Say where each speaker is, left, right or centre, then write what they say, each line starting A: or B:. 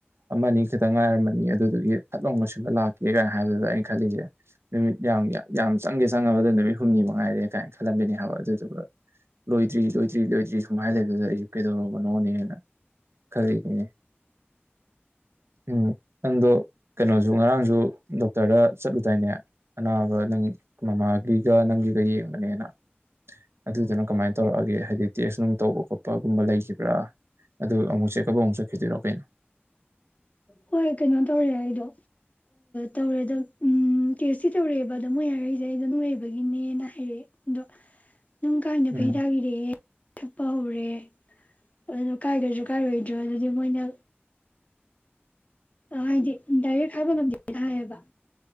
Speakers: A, on the right; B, on the left.
A: ꯑꯃꯅꯤ ꯑ ꯈꯈꯤꯛꯇꯪ ꯆꯠꯂꯝꯗꯥꯏꯗ ꯑꯥ ꯐꯤꯗꯣ ꯑꯃꯅꯤ ꯈꯇꯥ ꯉꯥꯏꯔꯝꯃꯅꯤ ꯑꯗꯨꯗꯨꯒꯤ ꯐꯠꯂꯣꯎ ꯂꯣꯏꯁꯤꯟꯂ ꯂꯥꯛꯀꯦ ꯀꯥꯏꯅ ꯍꯥꯏꯕꯗꯨꯗ ꯑꯩꯅ ꯈꯜꯂꯤꯁꯦ ꯅꯨꯃꯤꯠ ꯌꯥꯝ ꯌꯥꯝ ꯆꯪꯒꯦ ꯆꯪꯉꯕꯗꯣ ꯅꯨꯠ ꯍꯨꯝꯅꯤ ꯃꯉꯥꯏꯔꯦ ꯀꯥꯏꯅ ꯈꯜꯂꯝꯕꯅꯤ ꯍꯥꯏꯕ ꯑꯗꯨꯗꯤ ꯑꯗꯨꯒ ꯂꯣꯏꯗ꯭ꯔꯤ ꯂꯣꯏꯗ꯭ꯔꯤ ꯂꯣꯏꯗ꯭ꯔꯤ ꯁꯨꯃꯥꯏꯅ ꯂꯩꯕꯗ ꯑꯩꯁꯨ ꯀꯩꯗꯧꯔꯕꯅꯣꯅꯦꯅ ꯈꯜꯂꯛꯏꯅꯦ ꯎꯝ ꯅꯪꯗꯣ ꯀꯩꯅꯣꯁꯨ ꯉꯔꯥꯡꯁꯨ ꯗꯣꯛꯇꯔꯗ ꯆꯠꯂꯨꯗꯥꯏꯅꯦ ꯑꯅꯥꯕ ꯅꯪ ꯃꯃꯥꯒꯤꯒ ꯅꯪꯒꯤꯒ ꯌꯦꯡꯕꯅꯦꯅ ꯑꯗꯨꯗꯨꯅ ꯀꯃꯥꯏꯅ ꯇꯧꯔꯛꯑꯒꯦ ꯍꯥꯏꯗꯤ ꯇꯦꯁ ꯅꯨꯡ ꯇꯧꯕ ꯈꯣꯠꯄꯒꯨꯝꯕ ꯂꯩꯈꯤꯕ꯭ꯔꯥ ꯑꯗꯨꯒ ꯑꯃꯨꯛ ꯆꯦꯛꯑꯞ ꯑꯃꯨꯛ ꯆꯠꯈꯤꯗꯔꯣꯑꯣ ꯀꯩꯅꯣ꯫
B: ꯍꯣꯏ ꯀꯩꯅꯣ ꯇꯧꯔꯦ ꯑꯩꯗꯣ ꯇꯧꯔꯦ ꯑꯗ ꯎꯝ ꯀꯦꯁꯇꯤ ꯇꯧꯔꯛꯑꯦꯕ ꯑꯗ ꯃꯣꯏ ꯍꯥꯏꯔꯛꯏꯁꯦ ꯑꯩꯗꯣ ꯅꯨꯡ ꯂꯩꯕꯒꯤꯅꯦꯅ ꯍꯥꯏꯔꯛꯑꯦ ꯑꯗꯣ꯫ ꯅꯨꯡ ꯀꯥꯏꯅ
A: ꯎꯝ
B: ꯐꯩꯗꯥꯕꯤꯔꯦ ꯊꯛꯄ ꯍꯧꯔꯦ ꯑꯗꯨꯅ ꯀꯥꯏꯗꯣꯏꯗ꯭ꯔꯣ ꯀꯥꯏꯔꯣꯏꯗ꯭ꯔꯣ ꯑꯗꯨꯗꯤ ꯃꯣꯏꯅ꯫ ꯑ ꯍꯥꯏꯗꯤ ꯗꯥꯏꯔꯦꯛ ꯍꯥꯏꯕ ꯉꯝꯗꯦꯅ ꯍꯥꯏꯌꯦꯕꯉ